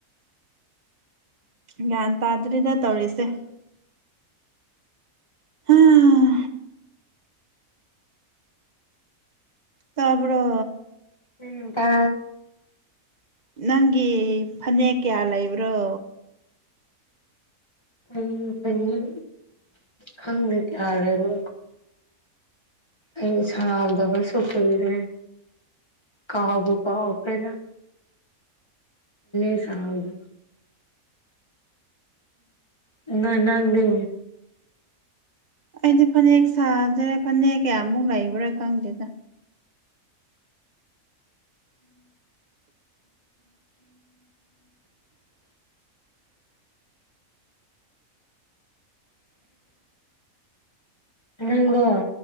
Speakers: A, on the right; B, on the left.
A: ꯒ꯭ꯌꯥꯟ ꯇꯥꯗꯔꯤꯗ ꯇꯧꯔꯤꯁꯦ ꯑꯥ ꯇꯥꯕꯔꯣ
B: ꯎꯇ
A: ꯅꯪꯒꯤ ꯐꯅꯦꯛ ꯀꯌꯥ ꯂꯩꯕ꯭ꯔꯣ
B: ꯑꯩ ꯈꯪꯗ ꯀꯌꯥꯔꯦ ꯃꯣ ꯑꯩ ꯁꯅꯥꯗꯕꯁꯨꯊꯔꯦ ꯀꯥꯎꯥꯎꯕꯕꯨ ꯀꯥꯎꯥꯎ ꯄꯦꯂ ꯑꯁꯥꯎꯗ ꯎꯝ ꯂꯗꯦ
A: ꯑꯩꯗꯤ ꯐꯅꯦꯛ ꯁꯥꯗ꯭ꯔꯦ ꯐꯅꯦꯛ ꯀꯌꯥꯃꯨꯛ ꯂꯩꯕ꯭ꯔꯥ ꯈꯪꯗꯦꯗ ꯎ ꯎꯝ <unintelligible> <inaudible>
B: ꯅꯪꯂꯣ